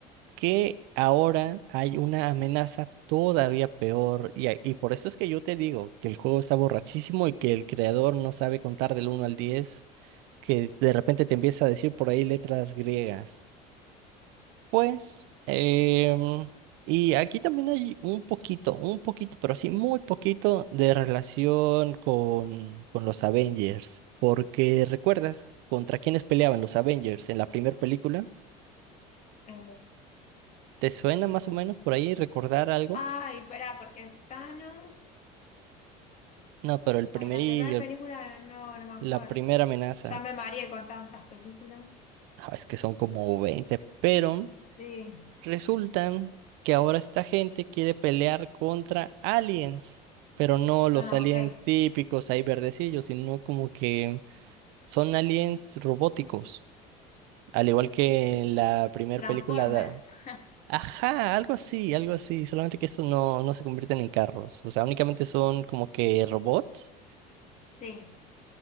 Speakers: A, on the right; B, on the left.
A: que ahora hay una amenaza todavía peor y, a- y por eso es que yo te digo que el juego está borrachísimo y que el creador no sabe contar del uno al 10 que de repente te empieza a decir por ahí letras griegas. Pues, em, y aquí también hay un poquito, un poquito, pero sí muy poquito de relación con, con los Avengers, porque recuerdas contra quiénes peleaban los Avengers en la primera película.
B: Eh,
A: ¿Te suena más o menos por ahí recordar algo?
B: ay, pará, porque es Thanos.
A: No, pero el primerillo,
B: Ah, en la primera película
A: el-
B: no, no me acuerdo.
A: la primera amenaza,
B: Ya me mareé con tantas películas.
A: ah, es que son como 20, pero
B: Sí.
A: resultan que ahora esta gente quiere pelear contra aliens, pero no los
B: Ah,
A: aliens
B: ok.
A: típicos ahí verdecillos, sino como que son aliens robóticos, al igual que en la primera
B: Transformers.
A: película da-
B: <laughs>
A: Ajá, algo así, algo así, solamente que estos no, no se convierten en carros, o sea, únicamente son como que robots.
B: Sí.